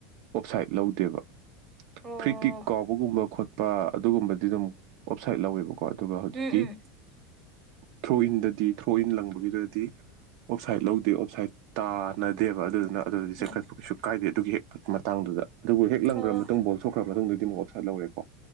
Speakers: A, on the right (about 60°); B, on the right (about 25°).
A: ꯑꯣꯞꯁꯥꯏꯠ ꯂꯧꯗꯦꯕ
B: ꯑꯣ
A: ꯐ꯭ꯔꯤꯀꯤꯛ ꯀꯥꯎꯕꯒꯨꯝꯕ ꯈꯣꯠꯄ ꯑꯗꯨꯒꯨꯝꯕꯗꯤ ꯑꯗꯨꯝ ꯑꯣꯞꯁꯥꯏꯠ ꯂꯧꯋꯦꯕꯀꯣ ꯑꯗꯨꯒ ꯍꯧꯖꯤꯛꯀꯤ
B: ꯎꯝ ꯎꯝ
A: ꯊ꯭ꯔꯣ ꯏꯟꯗꯗꯤ ꯊ꯭ꯔꯣ ꯏꯟ ꯂꯪꯕꯒꯤꯗꯨꯗꯗꯤ ꯑꯣꯞꯁꯥꯏꯠ ꯂꯧꯗꯦ ꯑꯣꯞꯁꯥꯏꯠ ꯇꯥ ꯅꯗꯦꯕ ꯑꯗꯨꯗꯨꯅ ꯑꯗꯨꯗꯤ ꯆꯦꯟꯈꯠꯄ
B: ꯎꯝ
A: ꯀꯩꯁꯨ ꯀꯥꯏꯗꯦ ꯑꯗꯨꯒꯤ ꯍꯦꯛ ꯃꯇꯥꯡꯗꯨꯗ ꯑꯗꯨꯕꯨ ꯍꯦꯛ ꯂꯪꯈ꯭ꯔ
B: ꯑꯣ
A: ꯃꯇꯨꯡ ꯕꯣꯜ ꯁꯣꯛꯈ꯭ꯔ ꯃꯇꯨꯡꯗꯗꯤ ꯑꯃꯨꯛ ꯑꯣꯞꯁꯥꯏꯠ ꯂꯧꯔꯦꯀꯣ